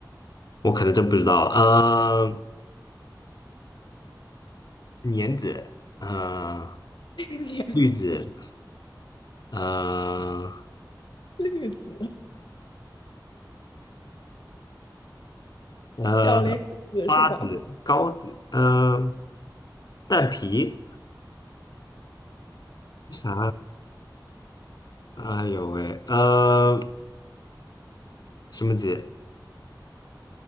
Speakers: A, on the left; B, on the left.
A: 我可能真不知道。呃，莲子，嗯，
B: <laughs> 两字，
A: 绿子，嗯，
B: 绿子，
A: 呃，
B: 小林子是吧？
A: 八子、高子，嗯，蛋皮，啥？哎呦喂，呃，什么子？